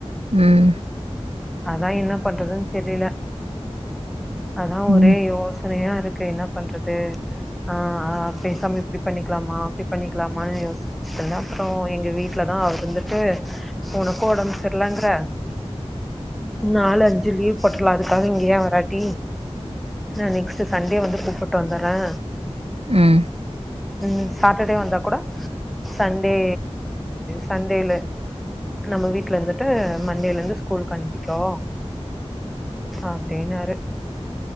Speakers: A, on the right; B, in the centre.
A: ம்
B: அத்தான் என்ன பண்றதுன்னு தெரியல அதான் ஒரே
A: ம்
B: யோசனையா இருக்கு இருக்கு என்ன பண்றதுஆ ஆ பேசாம இப்டி பண்ணிக்கலாமா அப்டி பண்ணிக்கலாமான்னு யோசிச்சந்தேன் அப்பறம் எங்க வீட்டுலதான் அவர் வந்துட்டு உனக்கு உடம்புச்சிடலங்கிற நாலு அஞ்சு லீவ் போட்டலாம் அதுக்காக இங்க ஏன் வராட்டி நான் நெக்ஸ்ட் சண்டே வந்து கூப்பிட்டு வந்துறேன்
A: ம்
B: ம் சாட்டர்டே வந்தா கூட சண்டே சண்டேல நம்ம வீடல இருந்துட்டு மண்டேல இருந்து ஸ்கூலுக்கு அனுப்பி போ அப்டின்னுாரு